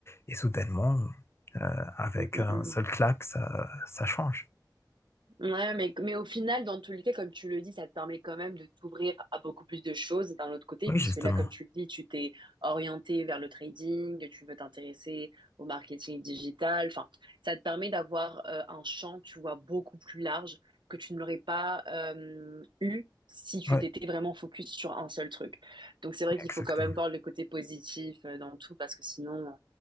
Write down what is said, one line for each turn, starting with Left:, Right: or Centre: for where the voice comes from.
Left: et soudainement, euh, avec
Right: <clears throat>
Left: un seul claque, ça, ça change.
Right: Ouais, mais, mais au final, dans tous les cas, comme tu le dis, ça te permet quand même de t'ouvrir à beaucoup plus de choses d'un autre côté,
Left: Oui,
Right: puisque
Left: justement.
Right: là, comme tu le dis, tu t'es orienté vers le trading, tu veux t'intéresser au marketing digital. Enfin, ça te permet d'avoir euh, un champ, tu vois, beaucoup plus large que tu ne l'aurais pas euh, eu si tu
Left: Oui.
Right: t'étais vraiment focus sur un seul truc. Donc, c'est vrai
Left: Exactement.
Right: qu'il faut quand même voir le côté positif euh, dans tout, parce que sinon,